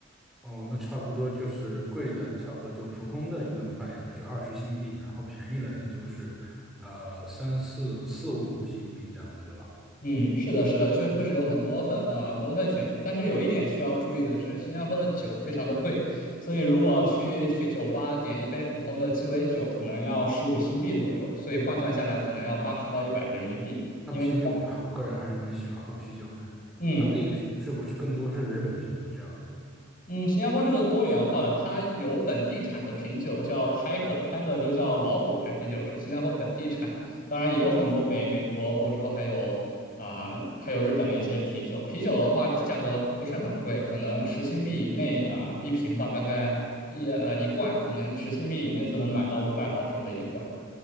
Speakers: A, in the centre; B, on the left (about 40°).
A: 哦，那差不多就是贵的，差不多就普通的一顿饭，也就是二十新币，然后便宜的也就是呃三四四五新币这样子，对吧？
B: 嗯，是的，是的，就就是有很多份呃很多份选择，但是有一点需要注意的是，新加坡的酒非常的贵，所以如果去去酒吧点一杯普通的鸡尾酒，可能要十五新币左右，所以换算下来可能要八十到一百人民币。
A: 那啤酒呢，
B: 因为
A: <laughs> 我个人还是蛮喜欢喝啤酒的，
B: 嗯，
A: 当地的啤酒是不是更多是日本啤酒这样子？
B: 嗯，新加坡是个多元化的，它有本地产的啤酒叫 Tiger，Tiger 就叫老虎牌啤酒，是新加坡本地产的。当然也有很多美美国、欧洲还有啊、还有日本的一些啤酒。啤酒的话，价格不是很贵，可能十新币以内啊、一瓶吧，大概一呃一罐，可能十新币以内就能买到五百毫升的一罐。